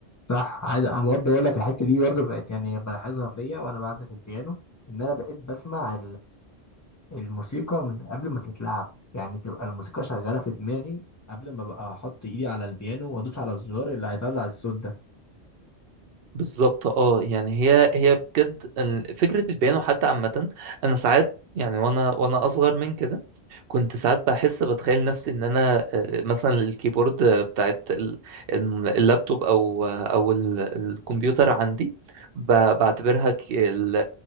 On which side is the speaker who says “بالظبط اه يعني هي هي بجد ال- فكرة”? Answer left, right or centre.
Right